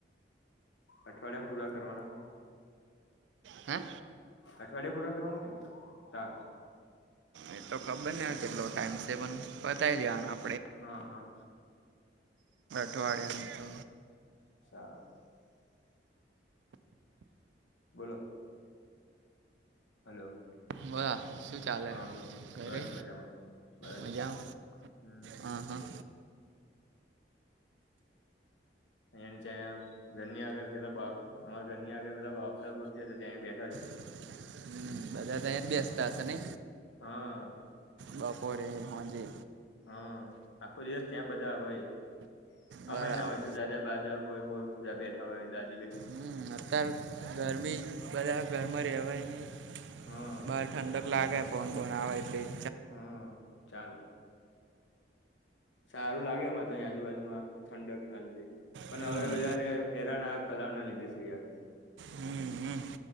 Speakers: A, on the left; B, on the right.
A: અઠવાડિયામાં પૂરા કરવાના.
B: હમ્મ?
A: અઠવાડિયે પૂરા કરવાના, ટાસ?
B: એ તો ખબર ને હવે કેટલો ટાઈમ છે પણ બતાવી દેવાનો આ
A: હા હા.
B: અઠવાડિયાનું તો
A: સાર. બોલો. હલો.
B: બોલો, શું ચાલે
A: હા બોલ
B: ઘરે?
A: બસ મજામાં બસ
B: મજા,
A: મજામાં હમ
B: હા હા.
A: અંયમ ચા ઘરની આગળ પેલા બા ઘરની આગળ પેલ બાંફડા ગોઠવ્યા છે ત્યાં એ બેઠા છે.
B: હમ્મ, બધા તઇ જ બેસતા હશે નઇ?
A: હા.
B: બપોરે, હાંજે.
A: હા, આખો દિવસ ત્યાં બધા હોય.
B: બહાર
A: અમે ના
B: આવે
A: હોય તો દાદા બા દા હોય હોય બધા બેઠા હોય દા
B: હમ્મ, અતારે ગરમી બધા ઘરમાં રેહવાય ની.
A: હા
B: બાર ઠંડક લાગે ફોન બોન આવે એટલે જ
A: હા, ચાલે. સારું લાગે અમારે તો આજુબાજુમાં, ઠંડક લાગે. પણ
B: હમ
A: હવે વધારે હેરાન આ કલા ના લીધે છે યાર.
B: હમ હમ